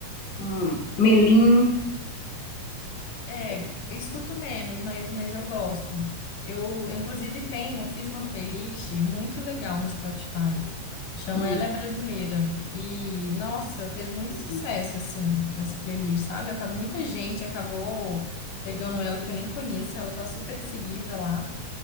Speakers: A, on the left; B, on the left.
A: Hum, Melim.
B: É, eu escuto menos, mas, mas eu gosto. Eu, eu, inclusive, tenho, eu fiz uma playlist muito legal no Spotify. Chama
A: Hum.
B: Ela é Brasileira. E, nossa, fez muito
A: hum.
B: sucesso, assim, nessa playlist, sabe? Acab- Muita gente acabou pegando ela que eu nem conheço, ela tá super seguida lá.